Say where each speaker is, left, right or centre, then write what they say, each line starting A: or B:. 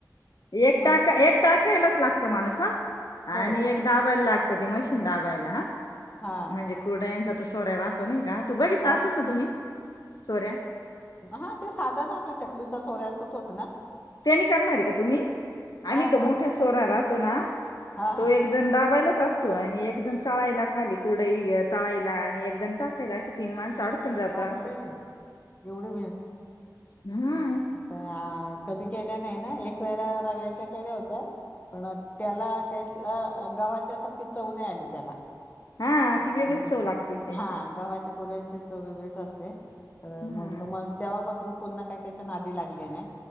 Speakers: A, on the left (about 60°); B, on the left (about 25°).
A: एक
B: माणसं
A: टाकाय, एक टाकायलाच लागतो माणूस हा. आणि
B: होय का
A: एक दाबायला लागतं, ते मशीन दाबायला हा.
B: हा
A: म्हणजे कुर्ड्यांचा तो सोऱ्या राह तो नाही का? तू बघितला
B: हा
A: असेल ना तुम्ही, सोऱ्या?
B: हा. ते साधा ना आपल्या चकलीचा सोऱ्या असतो, तोच ना?
A: त्यानी करणार आहे का तुम्ही?
B: हा
A: आम्ही तो
B: मग
A: मोठ्या सोरा राहतो ना,
B: हा
A: तो
B: हा
A: एक जण दाबायलाच असतो आणि एक जण चाळायला खाली कुरडई चाळायला आणि एक जण टाकायला असे तीन तीन माणसं अडकून जाता
B: बापरे
A: असं,
B: एवढी
A: हम.
B: हा कधी केल्या नाही ना एक वेळा रव्याच्या केल्या होत्या. पण त्याला त्यातला गव्हाच्याच सारखी चव नाही आली त्याला
A: हा ती वेगळीच
B: एकदा
A: चव लागते त्याची
B: हा गव्हाच्या कुरड्यांची चव वेगळीच असते अं
A: हम्म
B: म्हटलं मग तेव्हापासून पुन्हा काय त्याच्या नादी लागले नाही